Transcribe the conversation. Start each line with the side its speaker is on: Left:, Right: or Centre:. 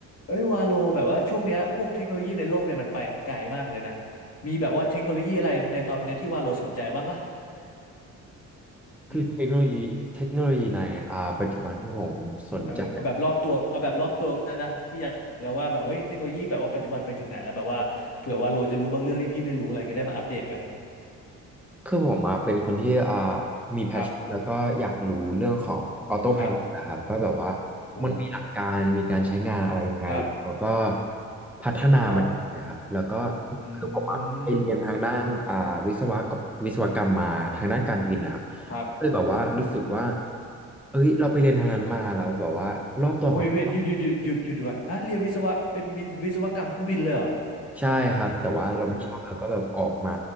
Left: เอ้ยวาโลแบบว่าช่วงเนี้ยพวกเทคโนโลยีในโลกเนี่ยมันไปไกลมากเลยนะมีแบบว่าเทคโนโลยีอะไรในตอนเนี้ยที่วาโลสนใจบ้างปะ
Centre: คือเทคโนโลยีเทคโนโลยีในอ่าปัจจุบันที่ผมสนใจ
Left: อืมเออเอาแบบรอบตัวเอาแบบรอบตัวก็ได้นะพี่อยากรู้แล้วว่าแบบเฮ้ยเทคโนโลยีแบบว่าปัจจุบันไปถึงไหนแล้วแบบว่าเผื่อวาโลจะรู้บางเรื่องที่พี่ไม่รู้อะไรเงี้ยได้มาอัปเดตกัน
Centre: คือผมอ่ะเป็นคนที่อ่ามีแพชชั่นแล้วก็อยากรู้เรื่องของออโต้ไพลอตนะครับว่าแบบว่า
Left: ครับครับโอ้
Centre: มันมีหลักการมีการใช้งานอะไรยังไงแล้วก็
Left: ครับ
Centre: พัฒนามันยังไงอะครับแล้วก็
Left: ครับอื
Centre: คือผมอ่ะไปเรียนทางด้านอ่าวิศวะวิศวกรรมมาทางด้านการบินนะครับ
Left: มครับ
Centre: เลยแบบว่ารู้สึกว่าเอ้ยเราไปเรียนทางนั้นมาแล้วแบบว่ารอบตัวของเรา
Left: เว้ยเว้ยหยุดหยุดหยุดหยุดหยุดก่อนฮะเรียนวิศวะเป็นวิวิศวกรรมเครื่องบินเลยเหรอ
Centre: ใช่ครับแต่ว่าเราไม่ชอบเราก็แบบออกมา
Left: โอ้โห